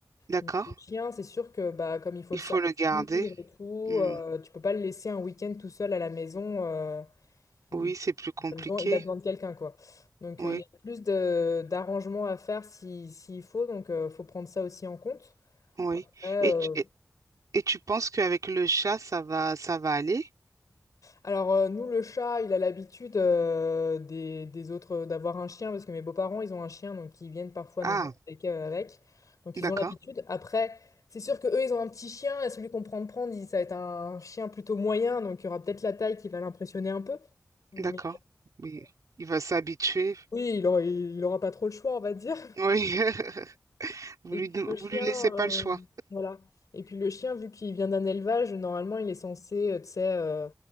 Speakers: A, on the right; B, on the left.
A: D'accord.
B: Mais le chien, c'est sûr que bah, comme il faut
A: Il
B: le sortir
A: faut le garder.
B: et tout,
A: Hmm.
B: euh, tu peux pas le laisser un week-end tout seul à la maison. euh, il,
A: Oui, c'est plus compliqué.
B: il a besoin, il a besoin de quelqu'un, quoi. Donc
A: Oui,
B: euh, il y a plus de- d'arrangements à faire si, s'il faut, donc euh, faut prendre ça aussi en compte.
A: oui.
B: Ouais, euh,
A: Et, tu- et, et tu penses qu'avec le chat, ça va, ça va aller?
B: Alors euh, nous, le chat, il a l'habitude euh, des, des autres d'avoir un chien parce que mes beaux-parents, ils ont un chien, donc ils viennent parfois
A: Ah,
B: nous voir avec. euh, avec. Donc
A: d'accord,
B: ils ont l'habitude. Après, c'est sûr que eux, ils ont un petit chien et celui qu'on prend de prendre, il- ça va être un chien plutôt moyen, donc il y aura peut-être la taille qui va l'impressionner un peu. Mais
A: d'accord. Oui. Il va s'habituer.
B: oui, il aura, il aura pas trop le choix, on va dire.
A: Oui. <laughs> Vous
B: Et
A: lui,
B: puis
A: don-
B: le chien,
A: vous lui laissez pas
B: euh,
A: le choix.
B: voilà. Et puis le chien, vu qu'il vient d'un élevage, normalement, il est censé, euh, tu sais, euh,